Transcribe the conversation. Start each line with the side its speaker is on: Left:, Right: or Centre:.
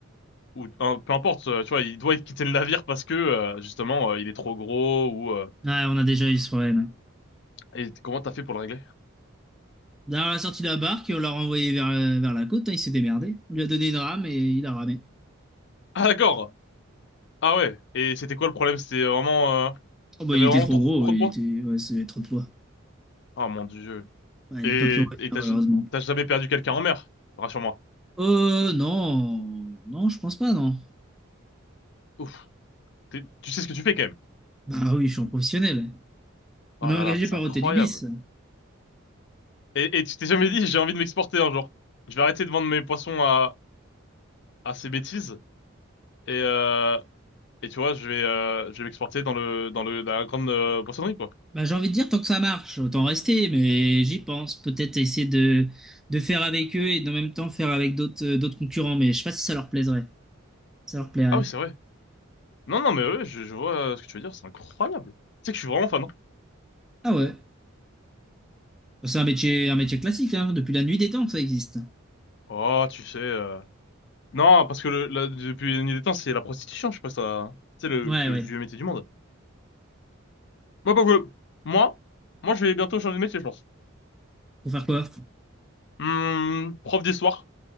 Left: ou un- peu importe, euh, tu vois, il doit quitter le navire parce que euh, justement euh, il est trop gros ou euh,
Centre: Ouais, on a déjà eu ce problème.
Left: et comment t'as fait pour le régler?
Centre: D'ailleurs, on a sorti la barque et on l'a renvoyé vers, euh, vers la côte, hein, il s'est démerdé. On lui a donné une rame et il a ramé.
Left: Ah d'accord. Ah ouais. Et c'était quoi le problème? C'était vraiment euh,
Centre: Oh bah,
Left: il y avait
Centre: il était
Left: vraiment
Centre: trop
Left: trop,
Centre: gros,
Left: trop
Centre: il
Left: de poids.
Centre: était... ouais, c'était trop de poids.
Left: Oh mon Dieu.
Centre: Ouais, il
Left: Et
Centre: n'a pas pu revenir
Left: et
Centre: malheureusement.
Left: t'as ja-, t'as jamais perdu quelqu'un en mer? Rassure-moi.
Centre: Euh, non, non, je pense pas, non.
Left: Ouf. T'es- Tu sais ce que tu fais quand même.
Centre: Bah oui, je suis en professionnel.
Left: Oh
Centre: On est
Left: là
Centre: engagé
Left: là, mais c'est
Centre: par
Left: incroyable.
Centre: Hôtel Ibis.
Left: Et, et tu t'es jamais dit, j'ai envie de m'exporter un jour. Je vais arrêter de vendre mes poissons à, à ces bêtises. Et, euh, et tu vois, je vais, euh, je vais m'exporter dans le, dans le, dans la grande euh, poissonnerie, quoi.
Centre: Bah, j'ai envie de dire, tant que ça marche, autant rester, mais j'y pense. Peut-être essayer de, de faire avec eux et en même temps faire avec d'autres euh, d'autres concurrents, mais je sais pas si ça leur plaiserait. Ça leur plairait.
Left: Ah oui, c'est vrai. Non, non, mais ouais, je, je vois euh, ce que tu veux dire, c'est incroyable. Tu sais que je suis vraiment fan, hein.
Centre: Ah ouais. Bon, C'est un métier, un métier classique, hein. Depuis la nuit des temps que ça existe.
Left: Oh, tu sais. euh, Non, parce que le, là, depuis la nuit des temps, c'est la prostitution, je sais pas si t'as- C'est le
Centre: Ouais,
Left: plus
Centre: ouais.
Left: vieux métier du monde. Moi, pas que- Moi, moi, je vais bientôt changer de métier, je pense.
Centre: Pour faire quoi?
Left: Hmm, prof d'histoire